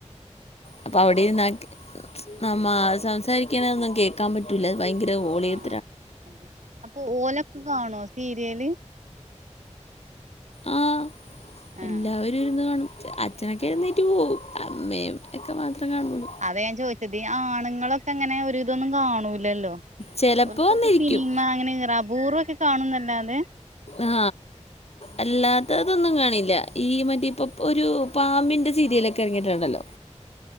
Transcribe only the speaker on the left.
അപ്പൊ അവിടെയും
ന്നാ നമ്മ സംസാരിക്കണൊന്നും കേൾക്കാൻ പറ്റൂല ഭയങ്കര ഓളിയം
ആ
എല്ലാവരും ഇരുന്ന് കാണും അച്ഛാ അച്ഛനൊക്കെ
എഴുന്നേറ്റു പോകും അമ്മയെ ക്കെ മാത്രം കാണുള്ളൂ
ചിലപ്പോ
വന്നിരിക്കും
ആ അല്ലാത്തതൊന്നും കാണില്ല ഈ മറ്റേ ഇപ്പൊ ഒരു പാമ്പിന്റെ സീരിയലൊക്കെ എറങ്ങിട്ടൊണ്ടല്ലോ